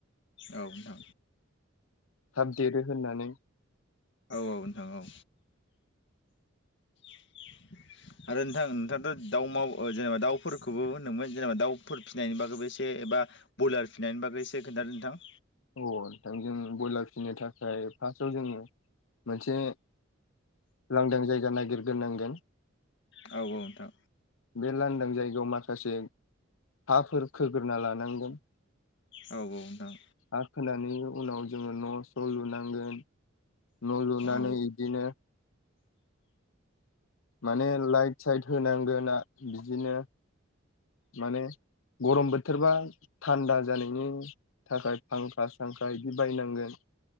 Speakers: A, on the left; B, on the left.
A: औ नोंथां।
B: थाब देरो होननानै
A: औ - औ नोंथां औ। <unintelligible> आरो नोंथां नोंथाङाथ' दाउ माव जेनेबा दाउफोरखौबो होनदोंमोन जेनेबा दाउफोर फिसिनायनि बागैबो एसे एबा ब्यलार फिसानायनि बागै इसे खोन्थादो नोंथां।
B: अ नोंथां जों ब्रयलार फिसिनो थाखाय फार्स्टआव जोङो मोनसे लांदां जायगा नागिरग्रोनांगोन।
A: औ - औ नोंथां।
B: बे लांदां जायगायाव माखासे हाफोर खोग्रोना लानांगोन।
A: औ - औ नोंथां।
B: हा खोनानै उनाव जोङो न' स' लुनांगोन। न' लुनानै
A: औ
B: इदिनो माने लाइट साइट होनांगो ना बिदिनो माने गरम बोथोरबा थान्दा जानायनि थाखाय फांखा सांखा इदि बायनांगोन।